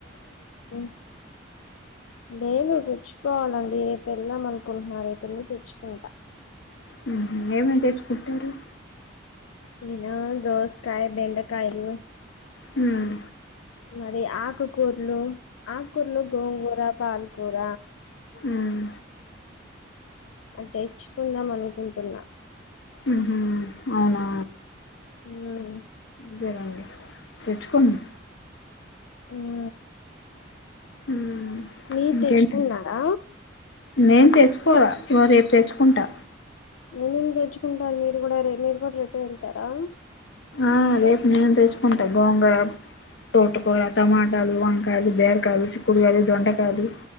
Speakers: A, on the left (about 80°); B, on the left (about 60°).
A: లేలు త <unintelligible> పోవాలండి రేపు వెళ్దాం అనుకుంటున్నా రేపు వెళ్లి తెచ్చుకుంటా
B: హు హమ్ ఏమేమి తెచ్చుకుంటారు
A: నేనా దోసకాయ బెండకాయలు
B: హమ్
A: మరి ఆకుకూరలు ఆకుకూరలు గోంగూర పాలకూర
B: ఉం
A: తేచ్చుకుందం అనుకుంటున్నా
B: ఉహు అవునా
A: ఉం
B: అదేనండి తెచ్చుకోండి
A: ఉం
B: ఉమ్
A: మీరు
B: ఇంకేంటి
A: తెచ్చుకున్నారా
B: నేను తెచ్చుకోలా వ రేపు తెచ్చుకుంటా
A: ఏ మేమి తెచ్చుకుంటారు మీరు కూడా ర మీరు కూడా రేపే వెళ్తారా
B: ఆ రేపు నేను తెచ్చుకుంటా గోంగూర తోటకోర టమాటాలు వంకాయలు బీరకాయలు చిక్కుడు కాయలు దొండకాయలు